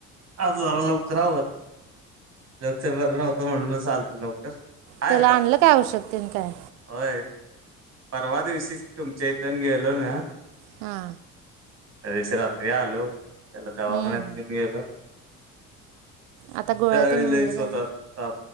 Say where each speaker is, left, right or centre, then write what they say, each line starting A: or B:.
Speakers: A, on the right; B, on the right.
A: आज जरा लवकर आवरले. <unintelligible> म्हणूनच आलतो लवकर. हाय
B: त्याला
A: आता
B: आणलं काय औषध तेन काय.
A: होय परवा दिवशीच तुमच्या इथून गेलो ना.
B: हा.
A: त्यादिवशी रात्री आलो, त्याला दवाखान्यात
B: हम्म.
A: बी नेलं.
B: आता गोळ्या
A: त्यावेळी
B: तेन आणलेल
A: लईच
B: हाय.
A: होता ताप.